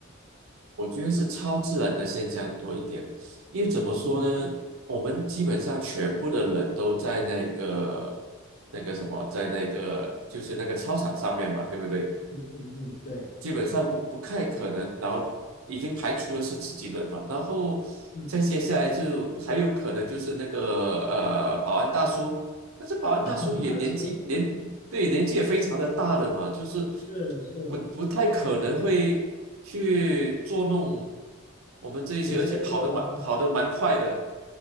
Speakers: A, on the right (about 80°); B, on the left (about 40°).
A: 我觉得是超自然的现象多一点，因为怎么说呢，
B: 哦，
A: 我们基本上全部的人都在那个那个什么，在那个就是那个操场上面吧，对不对？
B: 嗯嗯，对，
A: 基本上不不太可能，然后已经排除了是自己人嘛，然后再接下来就还有可能就是那个呃保安大叔，
B: 嗯，
A: 但是保安大叔也年纪年对年纪也非常的大了嘛，
B: <laughs> 大叔
A: 就是
B: 是是
A: 不不太可能会去捉弄我们这一些，
B: 学生对吧？
A: 而且跑得蛮跑得蛮快的，